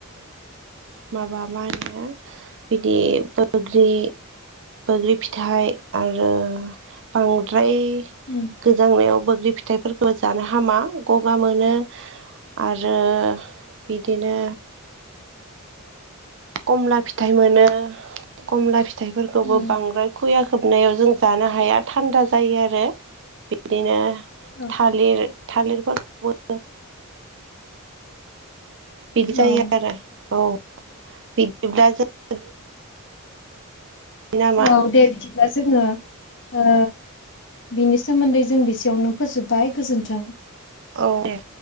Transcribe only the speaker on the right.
माबा मा होनो बिदि बैग्रि बोग्रि फिथाइ आरो बांद्राय फ्राय
गोजांनायाव बोग्रि बेफोरखौबो जानो हामा गगा मोनो आरो बि बिदिनो कमला फिथाइ मोनो कमला फि थाइफोरखौबो
बांद्राय खुया खोबनायाव जों जानो हाया थान्दा जायो आरो बिदिनो
थालिर थालिरफोरखौबो <unintelligible> बिदि जायो
आरो औ। बि दा जों नामा
औ दे।